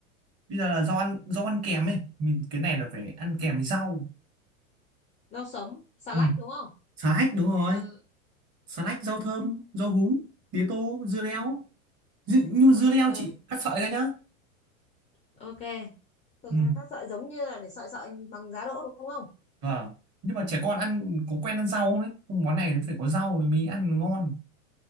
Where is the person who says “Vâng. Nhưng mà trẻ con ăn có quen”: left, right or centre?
Right